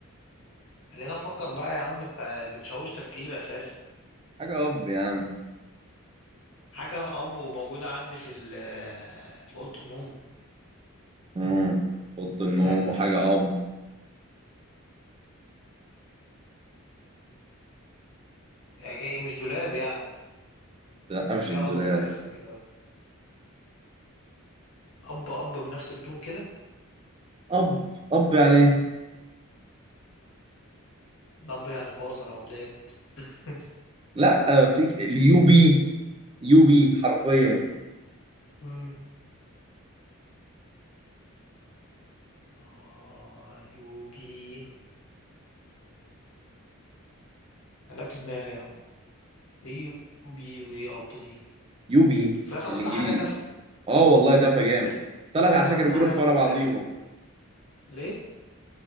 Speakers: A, on the left; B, on the right.
A: خلينا أفكر بقى يا عم أنت بتشوش تفكير أساسا
B: حاجة أب يا عم
A: حاجة أب وموجودة عندي في ال في أوضة النوم
B: مم. أوضة النوم
A: ايه ده يا جدعان
B: وحاجة أب
A: يعني ايه مش دولاب يعني
B: لا
A: ما
B: مش
A: في
B: الدولاب
A: أب في الآخر كده أب أب بنفس التون كده
B: أب أب يعني إيه
A: الأب يعني في وزر أو بداية <laughs>
B: لا فيك اليو بي يو بي حرفيا
A: مم. آه يوبي قلبت دماغي يا عم إيه يوبي وإيه أب دي
B: يو بي
A: في الآخر
B: بالإنجليزي
A: تطلع حاجة تافهة
B: أه والله تافه جامد
A: في
B: طلعت
A: في
B: عساكر
A: الآخر تطلع
B: بيرفوا
A: حاجة تافهة
B: ورا بعضيهم
A: في الآخر ليه؟